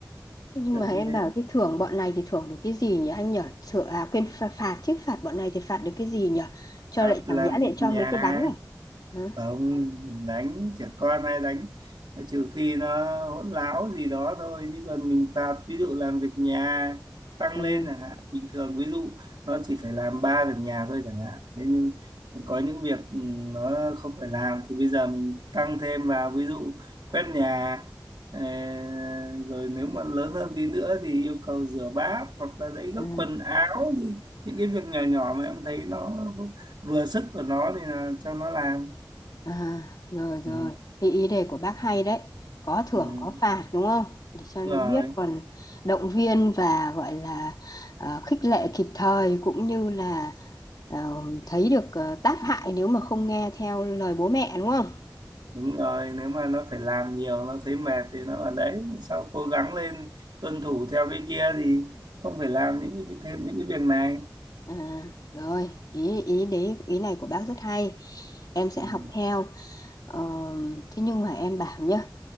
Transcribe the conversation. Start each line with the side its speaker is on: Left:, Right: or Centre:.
Left: Thế Nhưng
Right: kiểu
Left: mà em
Right: như thế.
Left: bảo cái thưởng bọn này thì thưởng được cái gì nhỉ anh nhở Thưởng à quên phạt, phạt chứ phạt bọn này thì phạt được cái gì nhở Cho
Right: Phạt
Left: lại chẳng
Right: làm
Left: nhẽ
Right: việc
Left: lại cho
Right: nhà,
Left: mấy cái đánh à? Hả?
Right: không đừng đánh trẻ con hay đánh ờ, trừ khi nó hỗn láo gì đó thôi chứ còn mình phạt ví dụ làm việc nhà tăng
Left: Ừ,
Right: lên chẳng hạn bình thường ví dụ nó chỉ phải làm ba việc nhà thôi chẳng hạn thế nhưng có những việc ừ, nó không phải làm thì bây giờ mình tăng thêm vào ví dụ quét nhà ờ, rồi nếu mà lớn hơn tí nữa thì yêu cầu rửa bát hoặc là đấy gấp
Left: ừ,
Right: quần áo những cái việc nhỏ nhỏ mà em thấy nó vừa sức của nó thì là cho nó làm
Left: à, rồi rồi,
Right: ừ,
Left: cái ý đề của bác hay đấy. Có thưởng
Right: ừ.
Left: có phạt đúng không? Để cho
Right: Đúng
Left: nó
Right: rồi
Left: biết còn động viên và gọi là ờ, khích lệ kịp thời cũng như là ờ, thấy được ờ, tác hại nếu mà không nghe theo lời bố mẹ đúng không?
Right: đúng rồi nếu mà nó phải làm nhiều nó thấy mệt thì nó ở đấy sau cố gắng lên tuân thủ theo cái kia thì không phải làm những cái thêm những cái việc này
Left: À, rồi ý ý đấy ý này của bác rất hay em sẽ
Right: ừ.
Left: học theo Ờ, thế nhưng mà em bảo nhá